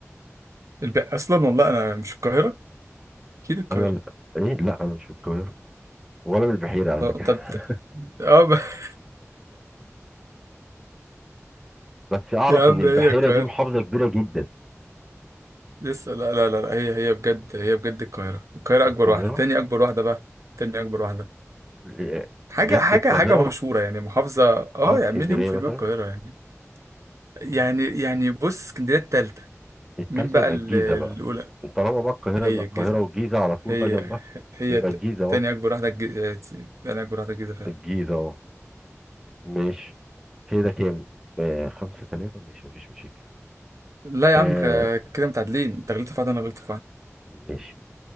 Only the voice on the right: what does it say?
الب... اصلا والله انا مش القاهره اكيد القاهره
لا،
طب
اه ب... <laughs>
يا عم
هي القاهره
لسه لا لا لا لا، هي هي بجد هي بجد القاهره القاهره
اكبر واحده تاني اكبر واحده بقى تاني اكبر واحده
حاجه
حاجه
حاجه مشهوره يعني محافظه اه
يعني
مليون في
المية القاهره يعني يعني يعني بص اسكندريه التالتة
مين بقى
ال-
الاولى
هي
الجيزه
هي
هي
ت-
تاني اكبر واحده الج- آه، تاني اكبر واحده الجيزه فعلا
لا يا
عم آه، كده متعادلين انت غلطت في واحد انا غلطت في واحد